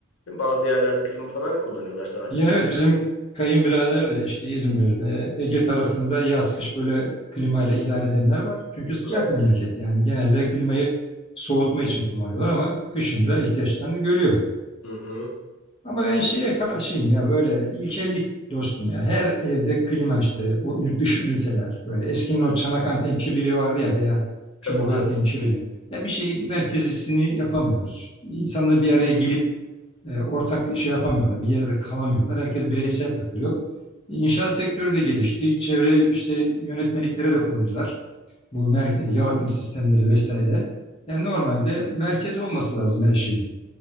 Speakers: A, on the left (about 75°); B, on the left (about 25°).
A: Bazı yerlerde klima falan kullanıyorlar sadece.
B: Ya evet bizim kayınbirader de işte İzmir'de, Ege tarafında yaz kış böyle klimayla idare edenler var. Çünkü sıcak
A: Evet.
B: memleket yani genelde klimayı soğutma için kullanıyorlar ama kışın da ihtiyaçlarını görüyor.
A: Hı hı.
B: Ama ben şeye karşıyım ya böyle ilkellik dostum ya her evde klima işte o ünit dış üniteler böyle eskinin o çanak anten kirliliği vardı ya veya
A: Katılıyorum.
B: çubuk anten kirliliği. Ya bir şeyin merkezisini yapamıyoruz. İnsanla bir araya gelip e, ortak şey yapamıyorlar. Bir yerde kalamıyorlar. Herkes bireysel takılıyor. İnşaat sektörü de gelişti. Çevre işte yönetmeliklere de koydular. Bu mer- e, yalıtım sistemleri vesaire. Yani normalde merkez olması lazım her şeyin.